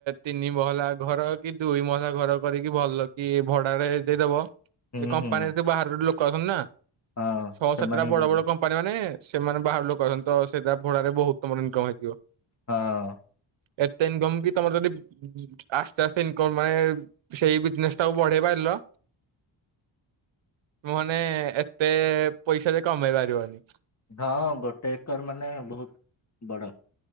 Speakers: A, on the right; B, on the left.
A: ତିନି ମହଲା ଘର କି ଦୁଇ ମହଲା ଘର କରିକି ଭଲ କି ଭଡାରେ ଦେଇଦବ
B: ହୁଁ
A: କମ୍ପାନୀରେ
B: ହୁଁ
A: ବାହାର ଲୋ କରନା
B: ହଁ
A: ଛଅ
B: ସେମାନେ
A: ସାତଟା ବଡ
B: ରହିଯିବ
A: ବଡ କ ମାନେ ସେମାନେ ବାହାରୁ ଲୋକ ଆସନ୍ତି ତ ସେଟା ଭଡାରେ ବହୁତ ତମର ଇନକମ ହେଇଥିବ।
B: ହଁ।
A: ଏତେ ଇନକମ୍ କି ତମର ଯଦି ଆସ୍ତେ ଆସ୍ ଇନ୍କମ୍ ମାନେ ସେଇ ବିଜନେସ ଟାକୁ ବଢେଇ ପାରିଲ ମୁଁ ମାନେ ଏତେ ପଇସା ଯେ କମେଇ ପାରିବନି।
B: ହଁ ଗୋଟେ ଏକର ମାନେ ବହୁତ ବଡ଼